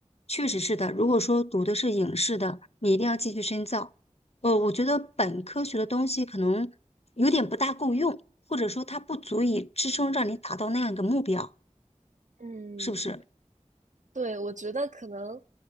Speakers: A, on the left (about 55°); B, on the right (about 80°).
A: 确实是的。如果说读的是影视的，你一定要继续深造。呃，我觉得本科学的东西可能有点不大够用，或者说它不足以支撑让你达到那样一个目标，
B: 嗯，
A: 是不是？
B: 对，我觉得可能